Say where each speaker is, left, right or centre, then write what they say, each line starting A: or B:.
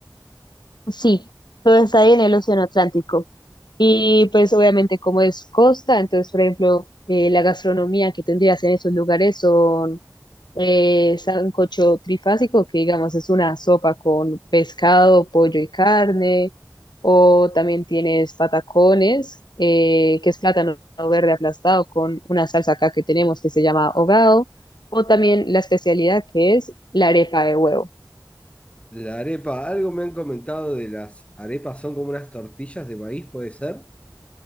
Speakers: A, on the left; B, on the left.
A: Sí, todo está ahí en el Océano Atlántico. Y pues obviamente como es costa, entonces por ejemplo eh, la gastronomía que tendrías en esos lugares son Eh, sancocho trifásico, que digamos es una sopa con pescado, pollo y carne, o también tienes patacones, eh, que es plátano verde aplastado con una salsa acá que tenemos que se llama hogado, o también la especialidad que es la arepa de huevo.
B: La arepa, algo me han comentado de las arepas, son como unas tortillas de maíz, ¿puede ser?